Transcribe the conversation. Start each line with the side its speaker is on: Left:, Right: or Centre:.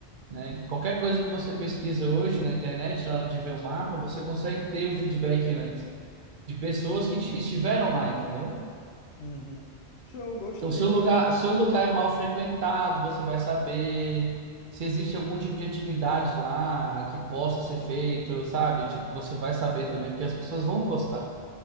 Right: né? Qualquer coisa que você pesquisa hoje na internet, na hora de ver o mapa, você consegue ter um feedback antes de pessoas que te- estiveram lá, entendeu?
Left: Uhum. Show, gostei,
Right: Então, se o
Left: cara.
Right: lugar,
Left: eu go-
Right: se o lugar é mal frequentado, você vai saber se existe algum tipo de atividade lá que possa ser feito, sabe? Tipo, você vai
Left: Uhum.
Right: saber também, porque as pessoas vão postar.